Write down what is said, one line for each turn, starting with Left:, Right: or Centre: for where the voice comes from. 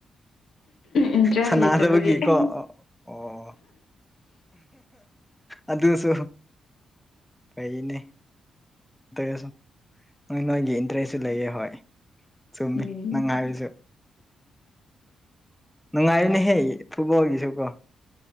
Left: ꯏꯟꯇꯔꯦꯁ
Centre: ꯁꯥꯟꯅꯖꯕꯒꯤꯀꯣ
Left: ꯂꯩꯇꯕꯒꯤ ꯎꯝ
Centre: ꯑꯣ ꯑꯗꯨꯗꯁꯨ ꯄꯩꯅꯦ ꯏꯁꯝ ꯅꯣꯏ ꯅꯣꯏꯒꯤ ꯏꯟꯇꯔꯦꯁꯁꯨ ꯂꯩꯌꯦ ꯍꯣꯏ ꯆꯨꯝꯃꯤ
Left: ꯎꯝ
Centre: ꯅꯪ ꯍꯥꯏꯔꯤꯁꯨ ꯅꯨꯡꯉꯥꯏꯔꯤꯅꯦꯍꯦ ꯐꯨꯠꯕꯣꯜꯒꯤꯁꯨꯀꯣ